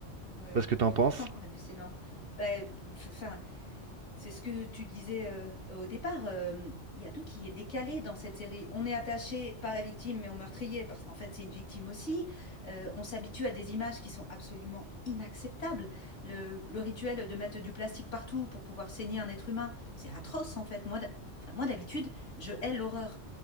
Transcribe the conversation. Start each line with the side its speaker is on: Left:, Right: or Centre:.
Left: ouais,
Right: pas ce que
Left: complètement
Right: t'en penses.
Left: <laughs> hallucinant. Ben, enfin. C'est ce que tu disais euh, au départ. euh, Il y a tout qui est décalé dans cette série. On est attaché, pas à la victime, mais au meurtrier, parce qu'en fait, c'est une victime aussi. Euh, on s'habitue à des images qui sont absolument inacceptables. Le, le rituel de mettre du plastique partout pour pouvoir saigner un être humain, c'est atroce, en fait. Moi, d'hab- enfin, moi d'habitude, je hais l'horreur.